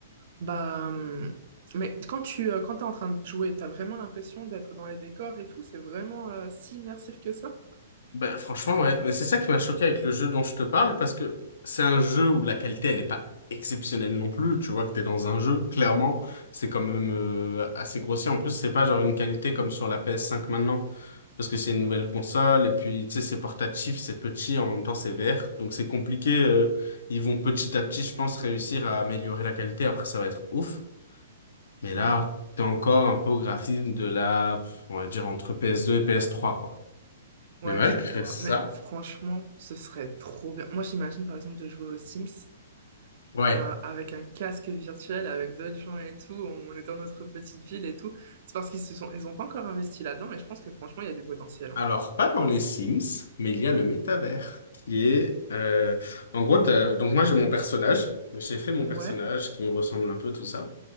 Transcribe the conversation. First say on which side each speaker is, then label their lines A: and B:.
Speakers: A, on the right; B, on the left.
A: Bah... hum, Mais quand tu euh, quand t'es en train de jouer, t'as vraiment l'impression d'être dans les décors et tout, c'est vraiment euh, si immersif que ça?
B: Ben, franchement, ouais. Mais c'est ça qui m'a choqué avec le jeu dont je te parle, parce que c'est un jeu où la qualité, elle n'est pas exceptionnelle non plus. Tu vois que t'es dans un jeu, clairement, c'est quand même euh, assez grossier. En plus, c'est pas genre une qualité comme sur la PS5 maintenant, parce que c'est une nouvelle console, et puis, tu sais, c'est portatif, c'est petit, en même temps, c'est vert. Donc c'est compliqué. euh, ils vont petit à petit, je pense, réussir à améliorer la qualité. Après, ça va être ouf. Mais
A: Hmm.
B: là, t'es encore un peu au graphisme de la, on va dire, entre PS2 et PS3, quoi.
A: Ouais,
B: Mais malgré
A: je vois.
B: ça,
A: Mais franchement, ce serait trop bien. Moi, j'imagine par exemple de jouer aux Sims
B: ouais.
A: euh, avec un casque virtuel, avec d'autres gens et tout. On est dans notre petite ville et tout. C'est parce qu'ils se sont, ils ont pas encore investi là-dedans, mais je pense que franchement, il y a du potentiel. hein.
B: Alors, pas dans les Sims, mais il y a le métavers, qui est... euh, En gros, t'as- donc moi, j'ai mon personnage. J'ai fait mon personnage
A: Ouais,
B: qui me ressemble un peu, tout ça.